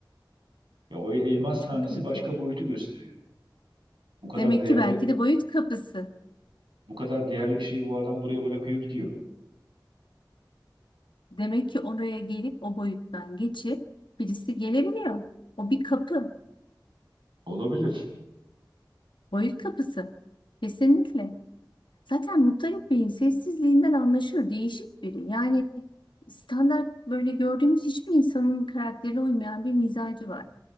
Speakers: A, on the right; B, on the left.
A: Ya o elmas
B: Çok
A: tanesi
B: ilginç.
A: başka boyutu gösteriyor. Bu kadar
B: Demek
A: değerli,
B: ki belki de boyut kapısı.
A: bu kadar değerli bir şeyi bu adam buraya bırakıyor gidiyor.
B: Demek ki oraya gelip o boyuttan geçip birisi gelebiliyor. O bir kapı.
A: Olabilir.
B: Boyut kapısı. Kesinlikle. Zaten Muttalip Bey'in sessizliğinden anlaşılır. Değişik biri. Yani standart böyle gördüğümüz hiçbir insanın karakterine uymayan bir mizacı var.